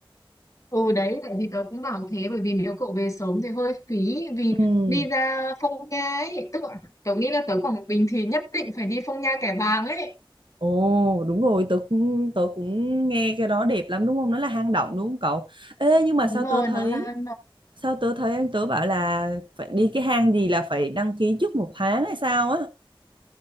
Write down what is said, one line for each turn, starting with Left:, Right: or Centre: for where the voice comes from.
Left: Ừ đấy tại vì tớ cũng bảo thế bởi vì nếu cậu về sớm thì hơi phí vì
Right: ừ
Left: đi ra Phong Nha ấy tức là tớ nghĩ là tớ Quảng Bình thì nhất định phải đi Phong Nha Kẻ Bàng ấy
Right: Ồ đúng rồi tớ cũng tớ cũng nghe cái đó đẹp lắm đúng không nó là hang động đúng không cậu Ê nhưng mà
Left: đúng
Right: sao
Left: rồi
Right: tớ thấy
Left: nó là
Right: sao tớ thấy anh tớ bảo là phải đi cái hang gì là phải đăng ký trước một tháng hay sao á